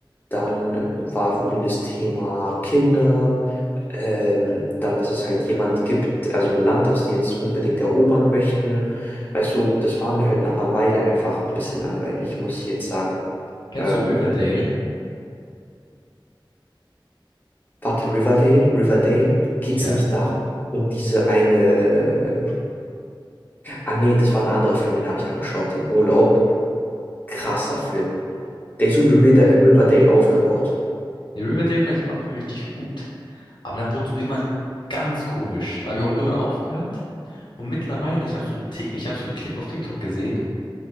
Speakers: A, on the left; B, on the left.
A: Dann war, wurde das Thema Kinder. Ähm, dann, dass es halt jemand gibt, also ein Land, das die jetzt unbedingt erobern möchten. Weißt du, das war mir halt nach einer Weile einfach ein bisschen langweilig, muss ich jetzt sagen.
B: Kennst
A: Ähm,
B: du Riverdale?
A: warte, Riverdale? Riverdale? Geht's
B: Ja.
A: nicht da um diese eine. Ah, nee, das war ein anderer Film, den habe ich angeschaut im Urlaub. Krasser Film. Der ist so wie River- Riverdale aufgebaut.
B: Den Riverdale fand ich am Anfang richtig gut, aber dann wurde es irgendwann ganz komisch. Da habe ich auch irgendwann aufgehört. Und mittlerweile, ich habe so ein, Ti- ich habe so einen Clip auf TikTok gesehen,